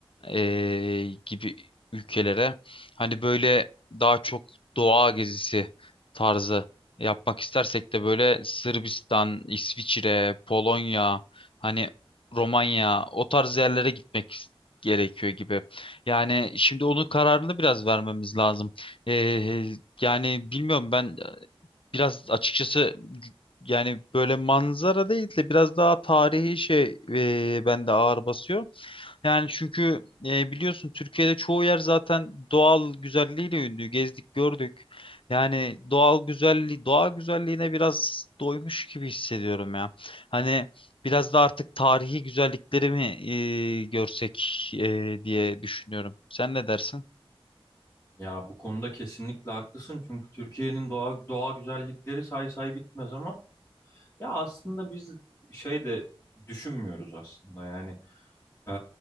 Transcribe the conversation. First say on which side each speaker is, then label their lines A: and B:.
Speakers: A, on the left; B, on the left.
A: eee, gibi ülkelere hani böyle daha çok doğa gezisi tarzı yapmak istersek de böyle Sırbistan, İsviçre, Polonya, hani Romanya o tarz yerlere gitmek is- gerekiyor gibi. Yani şimdi onun kararını biraz vermemiz lazım. Eee, yani bilmiyorum ben biraz açıkçası g- yani böyle manzara değil de biraz daha tarihi şey eee bende ağır basıyor. Yani çünkü e, biliyorsun Türkiye'de çoğu yer zaten doğal güzelliğiyle ünlü. Gezdik, gördük. Yani doğal güzelliği, doğa güzelliğine biraz doymuş gibi hissediyorum ya. Hani biraz da artık tarihi güzellikleri mi e, görsek e, diye düşünüyorum. Sen ne dersin?
B: Ya bu konuda kesinlikle haklısın çünkü Türkiye'nin doğa, doğa güzellikleri say say bitmez ama ya aslında biz şey de düşünmüyoruz aslında yani Ee,